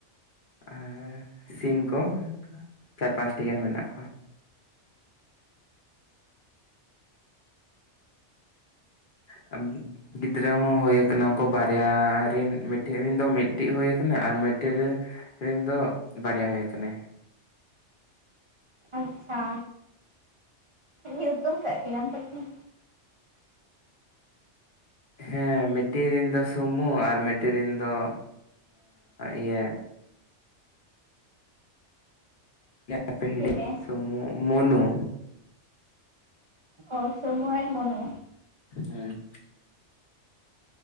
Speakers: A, on the left; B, on the right.
A: ᱟᱨ ᱥᱤᱢ ᱠᱚ ᱪᱟᱨ ᱯᱟᱸᱪᱴᱤ ᱜᱟᱱ ᱢᱮᱱᱟᱜ ᱠᱚᱣᱟ ᱦᱮ ᱜᱤᱫᱽᱨᱟᱹ ᱦᱚᱸ ᱦᱳᱭ ᱠᱟᱱᱟᱠᱚ ᱵᱟᱨᱭᱟ ᱨᱮᱱ ᱢᱤᱫᱴᱮᱱ ᱨᱤᱱ ᱫᱚ ᱢᱤᱫᱴᱤᱡ ᱦᱳᱭ ᱠᱟᱱᱟ ᱟᱨ ᱢᱤᱫᱴᱮ ᱨᱮ ᱨᱤᱱ ᱫᱚ ᱵᱟᱨᱭᱟ ᱦᱳᱭ ᱠᱟᱱᱟᱭ
B: ᱟᱪᱪᱷᱟ ᱧᱩᱛᱩᱢ ᱠᱟᱜ ᱠᱤᱱᱟᱢ ᱥᱮᱪᱮᱫ
A: ᱦᱮᱸ ᱢᱤᱫᱴᱤ ᱨᱤᱱ ᱫᱚ ᱥᱩᱢᱩ ᱟᱨ ᱢᱤᱫᱴᱤ ᱨᱮᱱ ᱫᱚ ᱤᱭᱟᱹ <unintelligible> ᱥᱢ
B: ᱪᱤᱞᱮ?
A: ᱡᱩ ᱢᱩᱱᱩ
B: ᱚ ᱥᱚᱢᱩ ᱟᱨ ᱢᱚᱱᱩ
A: ᱦᱩᱸ